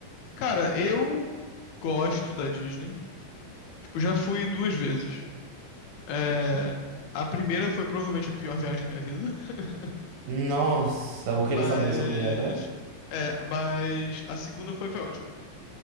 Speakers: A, on the left; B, on the right.
A: Cara, eu gosto da Disney. Tipo, já fui duas vezes. É,
B: Uhum.
A: a primeira foi provavelmente a pior viagem da minha vida, <laughs>
B: Nossa, vou querer
A: mas,
B: saber sobre ela.
A: é, mas a segunda foi, foi ótima.